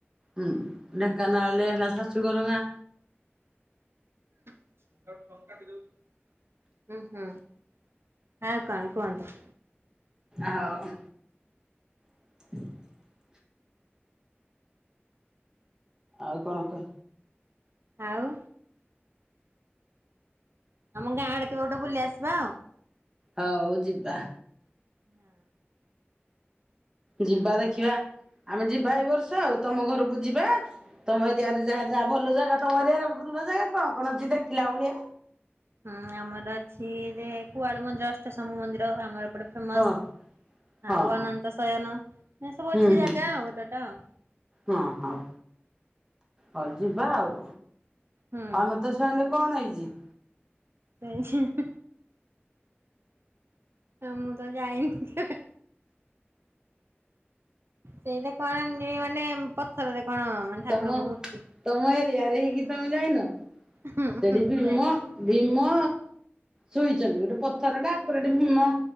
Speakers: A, on the right (about 15°); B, on the right (about 70°).
A: ହୁଁ ଢେଙ୍କାନାଳରେ ହେଲା ଶାଶୁଘର ଗାଁ।
B: <inaudible> ଫୋନ୍ କାଟି ଦଉଛୁ। ହୁଁ-ହୁଁ ଆଉ କଣ କୁହନ୍ତୁ।
A: ଆଉ ହ <unintelligible> ଆଉ କଣ କହ?
B: ଆଉ? ଆମ ଗାଁଆ ଆଡେ କେବେ ଗୋଟେ ବୁଲି ଆସିବ?
A: ହଉ ଯିବା।
B: ହଁ।
A: ଯିବା ଦେଖିବା, ଆମେ ଯିବା ଏଇ ବର୍ଷ ଆଉ ତମ ଘରକୁ ଯିବା। ତମ ଏରିଆରେ ଯାହା ଯାହା ଭଲ ଜାଗା ତମ ଏରିଆରେ ଭଲ ଜାଗା କଣ କଣ ଅଛି ଦେଖିଲା ଭଳିଆ?
B: ହୁଁ ଆମର ଅଛି ଯେ କୁଆଲୁ ମନ୍ଦିର ଅଷ୍ଟଶମ୍ଭୁ ମନ୍ଦିର ଆମର। ଏପଟେ ଫେମସ୍,
A: ହଁ ହଁ
B: ଆଉ ଅନନ୍ତ ଶୟନ ଏ ସବୁ ଅଛି
A: ହୁଁ ହୁଁ
B: ଜାଗା ଆଉ ଗୋଟେ ଗୋଟେ ଆଉ।
A: ହଁ ହଉ, ହଉ ଯିବା ଆଉ
B: ହୁଁ।
A: ଅନନ୍ତ ଶୟନ କଣ ହେଇଚି?
B: ସେଇ ହିଁ-ହିଁ-ହିଁ ମୁଁ ତ ଯାଇନି କେବେ। ସେଇଟା କଣ ନି ମାନେ ପଥରରେ କଣ ମାନେ ଠାକୁରଙ୍କ
A: ତମ,
B: ମୂର୍ତ୍ତି।
A: ତମ ଏରିଆରେ ହେଇକି ତମେ ଯାଇନ?
B: ହୁଁ
A: ସେଠି
B: ହୁଁ
A: ଭୀମ,
B: ଯାଇନି।
A: ଭୀମ ଶୁଇଚନ୍ତି ଗୁଟେ ପଥରଟା ଆକୁରେଟ୍ ଭୀମ।